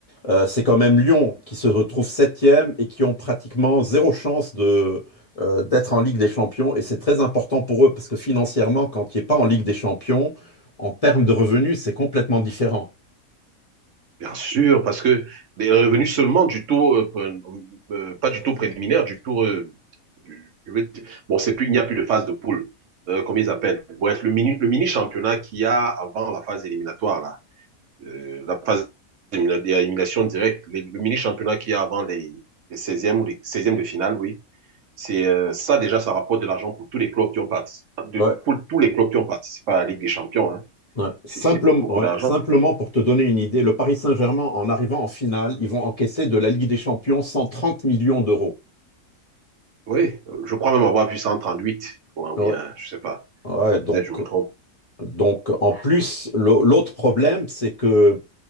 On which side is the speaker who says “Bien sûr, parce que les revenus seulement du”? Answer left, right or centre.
Right